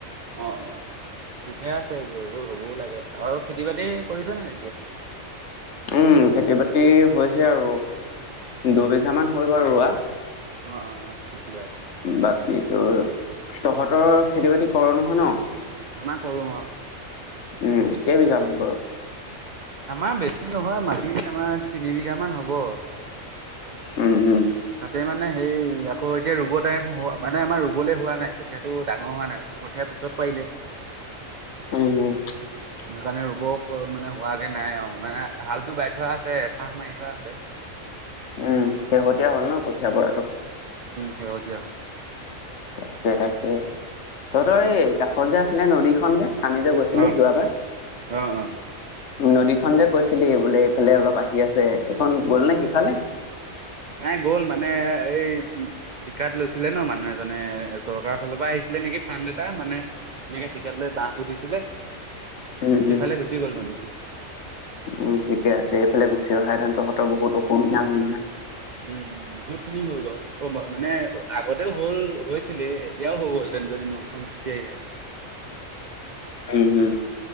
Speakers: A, on the right; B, on the left.
A: অ অ। ঠিকয়া আছে যযোৰ ৰ'বও লাগে আৰু খেতি বাতি কৰিছ নে তেতিয়া।
B: উম খেতি বাতি হৈছে আৰু
A: অ',
B: দুবিঘা
A: অ'।
B: মান হ'ল বাৰু ৰোৱা।
A: অ অ অ। ঠিকে আছে
B: বাকী তো তহঁতৰ খেতি বাতি কৰ নহয় ন।
A: আমাৰ কৰো অ।
B: উম কেইবিঘামান কৰ।
A: আমাৰ বেছি নহয় মাটি আমাৰ তিনি বিঘা মান হ'ব।
B: উম উম।
A: তাতে মানে হেই আকৌ এতিয়া ৰুব টাইম হ মানে আমাৰ ৰুবলৈ হোৱা নাই কঠীয়াটো ডাঙৰ হোৱা নাই। পঠিয়াৰ পিছত পাৰিলে।
B: উম উম।
A: সেইকাৰণে ৰুব মানে হোৱাগে নাই আৰু মানে হালতটো বাই থোৱা আছে এচাহ মাৰি থোৱা আছে।
B: উম শেহতীয়া হ'ল ন কঠীয়া পৰাতটো।
A: সেহতিয়া হ'ল।
B: তাকে তাকে তহঁতৰ
A: উম,
B: এই কাষত যে আছিলে নদীখনন যে। আমি যে গৈছিলো
A: অ',
B: যোৱাবাৰ।
A: অ', অ'।
B: নদীখনন যে কৈছিলি বোলে এইফালে অলপ আহি আছে সেইখন গ'ল নে সিফালে।
A: নাই গ'ল মানে এই ঠিকাত লৈছিলে ন মানুহ এজনে চৰকাৰৰ ফালৰ পৰা আহিছিল। ছিলে নেকি ফান এতা মানে সেনেকে ঠিকাৰ লৈ বাহ পুতিছিলে।
B: উম উম
A: সিফালে গুচি গ'ল নদীখন।
B: উম ঠিকে আছে এইফালে গুচি অহােতেন তহঁতৰ বহুত অসুবিধা হ'ল হয়।
A: উম বহুত খিনি হ'ল বাৰু মানে আগতে হ'ল হৈছিলেই এতিয়াও হৈ গ'ল। যদি নৈখন গোচি আহিলে।
B: উম উম।